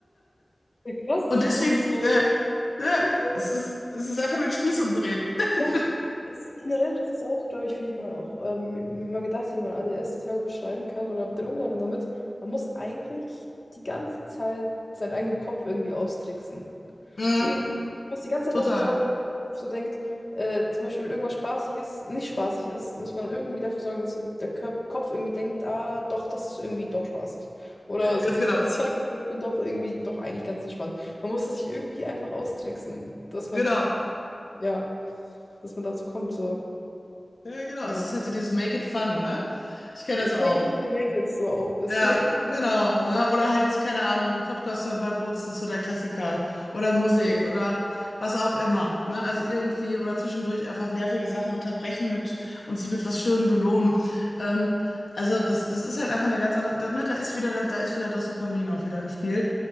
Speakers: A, on the left; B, on the left.
A: Ja, krass, das
B: Und deswegen,
A: ist, das ist so.
B: äh, äh,
A: Äh,
B: es ist, es ist einfach nur den Spieß umdrehen. <laughs>
A: ja, es ist generell, das ist auch, glaube ich, wie ich mal auch ähm, mir mir mal gedacht habe, wie man ADS total beschreiben kann oder den Umgang damit. Man muss eigentlich die ganze Zeit seinen eigenen Kopf irgendwie austricksen.
B: Mhm,
A: So. Du musst die ganze
B: total.
A: Zeit dafür sorgen, dass der Kopf so denkt, äh, zum Beispiel, wenn irgendwas spaßig ist, nicht spaßig ist, muss man irgendwie dafür sorgen, dass der Kör- Kopf irgendwie denkt, ah, doch, das ist irgendwie doch spaßig. Oder
B: Ganz
A: so wie
B: genau.
A: du jetzt sagst, ich bin doch irgendwie doch eigentlich ganz entspannt. Man muss es sich irgendwie einfach austricksen, dass man,
B: Genau.
A: ja, dass man dazu kommt, so.
B: Ja, genau.
A: Ja.
B: Es ist halt so dieses Make it fun, ne? Ich kenne
A: Ja,
B: das
A: Fake
B: auch.
A: it till you make it, so auch ein bisschen.
B: Ja, genau. Ne? Oder halt, keine Ahnung, ein Podcast hören beim Putzen, so der Klassiker. Oder Musik
A: <laughs>
B: oder was auch immer. Ne? Also irgendwie oder zwischendurch einfach nervige Sachen unterbrechen mit und sich mit was Schönem belohnen. Ähm, also das, das ist halt einfach eine ganz andere. Da, ne, da ist wieder, da ist wieder das Dopamin auch wieder im Spiel.